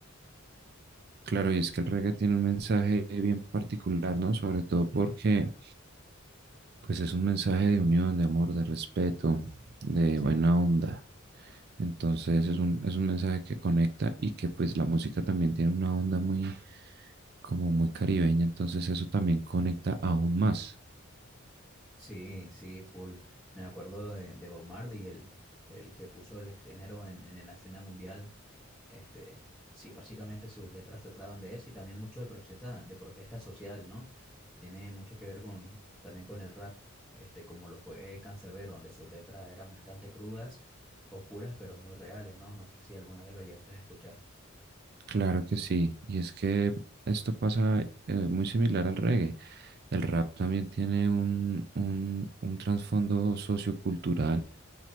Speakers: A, on the right; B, in the centre.
A: Claro, y es que el reggae tiene un mensaje bien particular, ¿no? Sobre todo porque pues es un mensaje de unión, de amor, de respeto, de
B: Sí.
A: buena onda. Entonces es un, es un mensaje que conecta y que pues la música también tiene una onda muy como muy caribeña, entonces eso también conecta aún más.
B: Sí, sí, full. Me acuerdo de, de Bob Marley, el, el que puso el género en, en la escena mundial. Este, sí, básicamente sus letras trataban de eso y también mucho de protesta, de protesta social, ¿no? Tiene mucho que ver con, también con el rap, este, como lo fue Canserbero, donde sus letras eran bastante crudas, oscuras, pero muy reales, ¿no? No sé si alguna vez lo llegaste a escuchar.
A: Claro que sí, y es que esto pasa eh, muy similar al reggae. El rap también tiene un, un, un trasfondo sociocultural